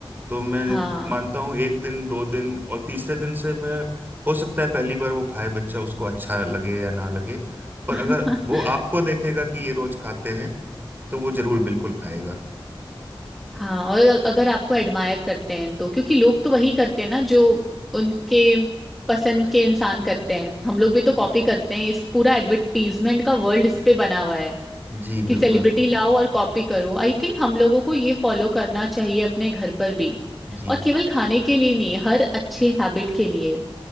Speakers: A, on the right (about 20°); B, in the centre.
A: तो मैं
B: हाँ
A: मानता हूँ एक दिन दो दिन और तीसरे दिन से मैं हो सकता है पहली बार वो खाए बच्चा उसको अच्छा लगे या ना लगे पर
B: <laughs>
A: अगर वो आपको देखेगा कि ये रोज खाते हैं तो वो जरूर बिल्कुल खाएगा
B: हाँ और अ- अगर आपको एडमायर करते हैं तो क्योंकि लोग तो वही करते हैं ना जो उनके पसंद के इंसान करते हैं हम लोग भी तो कॉपी करते हैं इस पूरा एडवर्टीजमेंट का वर्ल्ड इस पे बना हुआ है
A: जी
B: कि
A: बिल्कुल
B: सेलिब्रिटी लाओ और कॉपी करो आई थिंक हम लोगों को ये फॉलो करना चाहिए अपने घर पर भी
A: जी
B: और केवल खाने के लिए नहीं हर अच्छे हैबिट के लिए